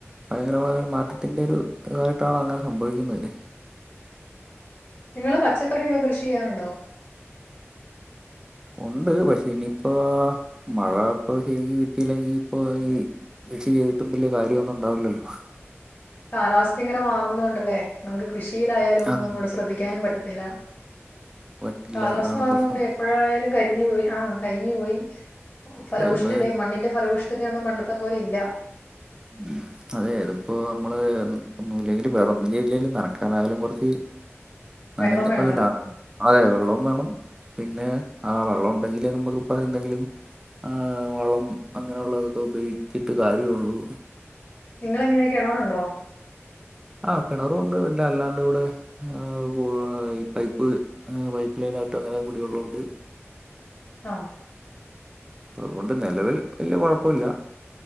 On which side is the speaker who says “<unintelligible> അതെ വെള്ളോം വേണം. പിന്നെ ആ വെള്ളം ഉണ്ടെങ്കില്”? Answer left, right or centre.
Right